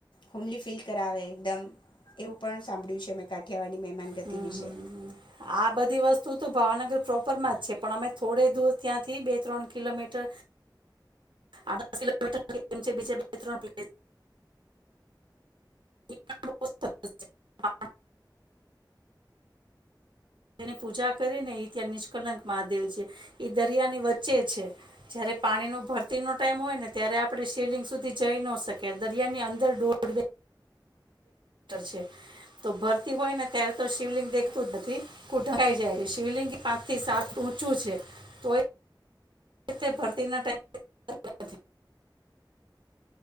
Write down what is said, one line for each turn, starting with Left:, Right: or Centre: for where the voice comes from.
Left: હોમલી ફીલ કરાવે એકદમ એવું પણ સાંભળ્યું છે મેં કાઠિયાવાની મહેમાનગતિ
Right: હમ
Left: વિશે.
Right: આ બધી વસ્તુ તો ભાવનગર પ્રોપરમાં જ છે પણ અમે થોડે દૂર ત્યાંથી બે ત્રણ કિલોમીટર, <unintelligible> આધ કિલોમીટર એ છે બીજ બે ત્રણ પ. <unintelligible> તેની પૂજા કરીને એ ત્યાં નિષ્કલંક મહાદેવ છે, એ દરિયાની વચ્ચે છે, જય્યારે પાણીનો ભરતીનો ટાઈમ હોય ને ત્યારે આપણે શિવલિંગ સુધી જઈ ન શકીએ દરિયાની અંદર દુબે. છે, તો ભરતી હોય ને ત્યારે તો શિવલિંગ દેખતું જ નથી ઢંકાઈ જાય છે, શિવલિંગ પાંચ થી સાત ઊંચું છે, તો ભરતી ના ટમ